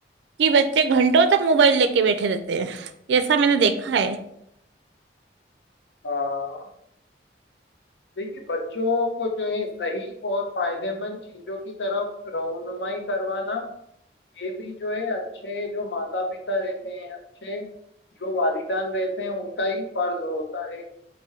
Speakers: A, on the right; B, on the left.
A: کہ بچے گھنٹوں تک موبائل لے کے بیٹھے رہتے یہ سب میں نے دیکھا ہےائے
B: ہاں دیکھیے بچوں کو جو ہے صحیح اور فائدے مند چیزوں کی طرف رنمائی کروانا یہ بھی جو ہے اچھے جو ماتا پتا رہتے ہیں اچھے جو والدان رہتے ہیں ان کا ہی فرض ہوتا ہے